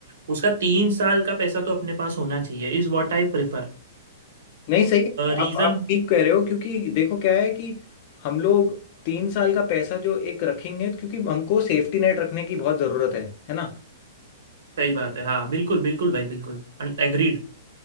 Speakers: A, on the right; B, on the left.
A: उसका तीन साल का पैसा तो अपने पास होना चाहिए is what I prefer
B: नहीं सही है
A: Reason
B: आप आप ठीक कह रहे हो क्योंकि देखो क्या है कि हम लोग तीन साल का पैसा जो एक रखेंगे तो क्योंकि हमको सेफ्टी नेट रखने की बहुत ज़रूरत है है ना
A: सही बात है हाँ बिल्कुल बिल्कुल भाई बिल्कुल एग्रीड